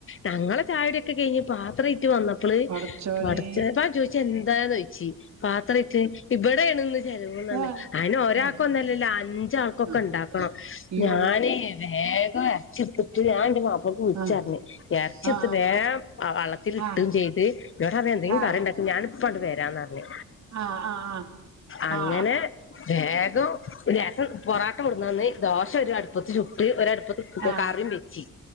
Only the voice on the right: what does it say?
പടച്ചോനെ
ആ
ആ
ആ
യോ
ആ
ആ
ആ ആ
ആ
ആ ആ
ആ ആ ആ
ആ